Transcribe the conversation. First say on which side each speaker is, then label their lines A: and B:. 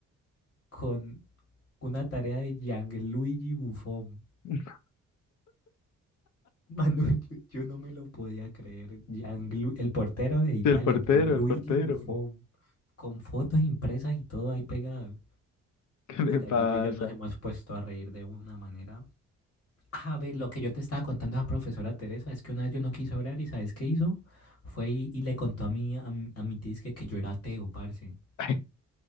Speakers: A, on the left; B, on the left.
A: con una tarea de Gianluigi Buffon.
B: <laughs>
A: Manu, <laughs> yo, yo no me lo podía creer. Gianlu- el portero de Italia,
B: El portero,
A: Gianluigi
B: el portero,
A: Buffon, con fotos impresas y todo ahí pegado.
B: <laughs> ¿qué le
A: Y Gallito
B: pasa?
A: y yo nos hemos puesto a reír de una manera. A ver, lo que yo te estaba contando a la profesora Teresa es que una vez yo no quise orar y ¿sabes qué hizo? Fue y, y le contó a mí, a, mi a mi tía es que, que yo era ateo, parce.
B: <laughs> Ay,